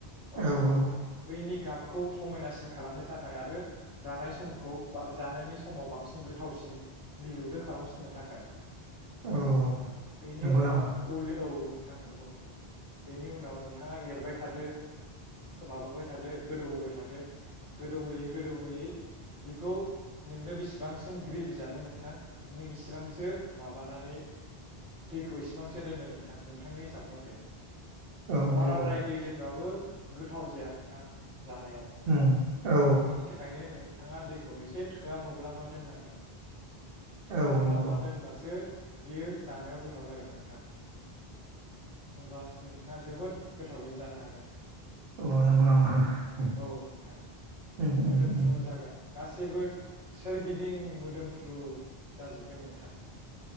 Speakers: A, in the centre; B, on the right.
A: माबाखौ
B: औ औ
A: बैनि गाब खौ समायनासिन खालामनो थाखाय आरो जानाय समखौ बा जानायनि समाव बांसिन गोथावसिन मिलौदो खालामफिननो थाखाय
B: औ
A: बेनि
B: नंगौ
A: उनाव
B: नामा
A: औ नोंथां नोंगौ नोंगौ बेनि उनाव नोंथाङा एरबाय थादो माबाबाय थादो गोदौ होबाय थादो गोदौहोयै गोदौहोयै बेखौ नोंनो बेसिबांसिम ग्रेभि जानो नोंथां नों इसेबांसो माबानानै दैखौ इसेबां सो दोनदो नोंथां नोंथांनि हिसाब मथे।
B: औ
A: बाराद्राय
B: औ औ
A: दै दोनबाबो गोथाव जाया नोंथां। जानायाव
B: उम औ
A: बेनि थाखायनो नों नोंथाङा दैखौ एसे थोआ मोब्लामा मा दोननांगोन। थोआ
B: औ
A: मोब्ला
B: औ
A: मा
B: औ
A: दोनबासो बियो जानायाव गोथाव जागोन नोंथां। होनबा नोंथाङा जोबोद गोथावैनो जानो हागोन।
B: अ नंगौ नामा उम
A: औ नोंथां मोदोमफ्रु
B: उम उम।
A: जागोन गासैबो सोरगिदिं मोदोमफ्रु जाजोबगोन नोंथां।